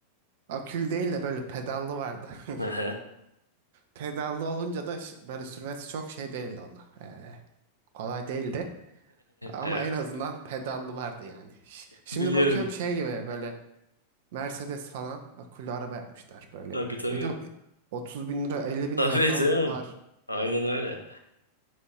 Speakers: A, on the right; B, on the left.
A: akül değil de böyle pedallı vardı. <laughs>
B: <laughs>
A: Pedallı olunca da ş- böyle sürmesi çok şey değildi ona. Ee, kolay değildi. Ama
B: Evet.
A: en azından pedallı vardı yani. Ş- Şimdi
B: Biliyorum.
A: bakıyorum şey gibi böyle Mercedes falan akıllı araba yapmışlar böyle.
B: Tabii
A: Bir
B: tabii.
A: de 30 bin lira 50 bin
B: Tabii
A: liraya falan
B: canım.
A: var.
B: Aynen öyle.